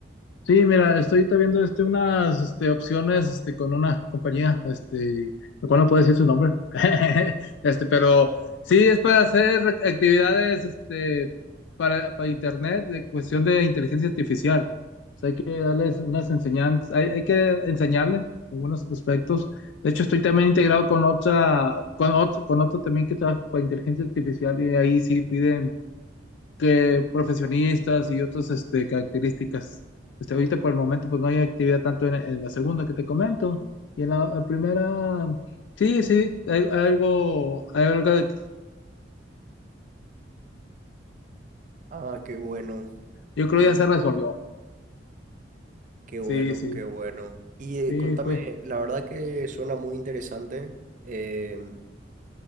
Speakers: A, on the left (about 75°); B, on the right (about 45°).
A: Sí, mira, estoy ahorita viendo este, unas este, opciones este, con una compañía, este, lo cual no puedo decir su nombre, <laughs> este, pero sí es para hacer actividades este, para, para internet de cuestión de inteligencia artificial. O sea, hay que darles unas enseñanzas, hay, hay que enseñarle algunos aspectos. De hecho, estoy también integrado con otra, con, ot- con otro también que trabaja para inteligencia artificial y ahí sí piden que profesionistas y otras este, características. Este, ahorita por el momento pues no hay actividad tanto en, en la segunda que te comento y en la, la primera sí, sí, hay, hay algo, hay algo que
B: Ah, qué bueno,
A: yo creo
B: y
A: ya se resolvió.
B: qué bueno,
A: Sí, sí,
B: qué bueno. Y eh,
A: sí,
B: contame,
A: estoy,
B: la verdad que suena muy interesante. em,